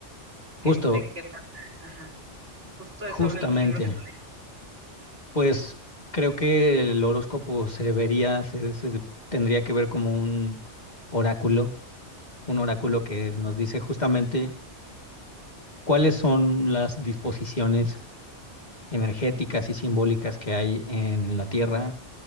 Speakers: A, on the left (about 35°); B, on the right (about 80°).
A: justo,
B: Que, de qué parte, ajá. Justo de
A: justamente.
B: eso habla el libro que tú lees.
A: Pues creo que el horóscopo se vería, se se tendría que ver como un oráculo un oráculo que nos dice justamente cuáles son las disposiciones energéticas y simbólicas que hay en la Tierra